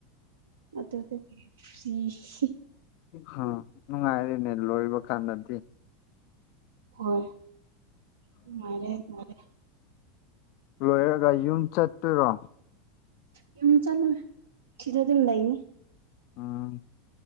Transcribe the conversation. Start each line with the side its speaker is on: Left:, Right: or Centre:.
Right: ꯑꯗꯨꯗꯒꯤ <unintelligible>
Left: ꯍ ꯅꯨꯡ ꯉꯥꯏꯔꯤꯅꯦ ꯂꯣꯏꯕ ꯀꯥꯟꯅꯗꯤ
Right: ꯍꯣꯏ ꯅꯨꯉꯥꯏꯔꯦ ꯅꯨꯉꯥꯏꯔꯦ
Left: ꯂꯣꯏꯔꯒ ꯌꯨꯝ ꯆꯠꯇꯨꯔꯣ
Right: ꯌꯨꯝ ꯆꯠꯂꯣꯏ ꯁꯤꯗ ꯗꯨꯝ ꯂꯩꯅꯤ
Left: ꯎꯝ